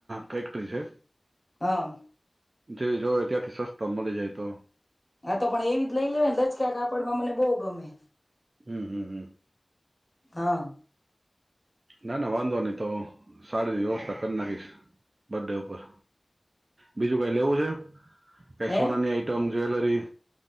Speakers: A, on the right; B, on the left.
A: ફેક્ટરી છે.
B: હા.
A: જેવી જોવે ત્યાંથી સસ્તા મળી જાય તો
B: આતો પણ એવીજ લઈ લેવાય ને, લચકા કાપડમાં મને બો ગમે.
A: હમ્મ, હમ્મ, હમ્મ.
B: હા
A: ના ના વાંધો નઈ. તો સારી વ્યવસ્થા કરી નાખીશ બર્ડે ઉપર, બીજું કઈ લેવું છે? પેસોનાની
B: હે
A: આઈટમ જે કટલરી